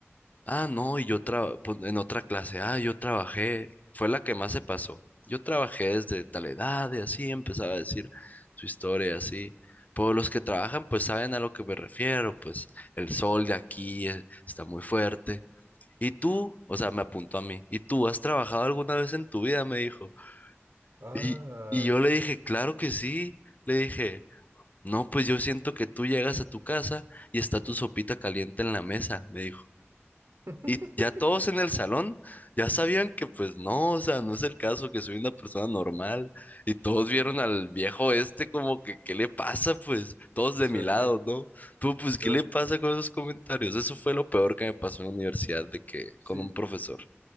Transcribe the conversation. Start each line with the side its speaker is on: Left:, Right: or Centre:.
Left: Ah, no, y yo traba- pues, en otra clase, ah, yo trabajé, fue la que más se pasó. Yo trabajé desde tal edad y así empezaba a decir su historia, así. Pues los que trabajan, pues saben a lo que me refiero, pues el sol de aquí eh, está muy fuerte. Y tú, o sea, me apuntó a mí, ¿y tú has trabajado alguna vez en tu vida? Me dijo.
Right: Ah,
Left: Y, y yo le dije, claro que sí. Le dije, no, pues yo siento que tú llegas a tu casa y está tu sopita caliente en la mesa, me dijo.
Right: <laughs>
Left: Y ya todos en el salón ya sabían que pues no, o sea, no es el caso, que soy una persona normal. Y todos vieron al viejo este como que, ¿qué le pasa? Pues todos
Right: o
Left: de
Right: sea
Left: mi lado,
Right: que
Left: ¿no? Tú, pues,
Right: yo,
Left: ¿qué le pasa con esos comentarios? Eso fue lo peor que me pasó en la universidad de que
Right: sí,
Left: con un profesor.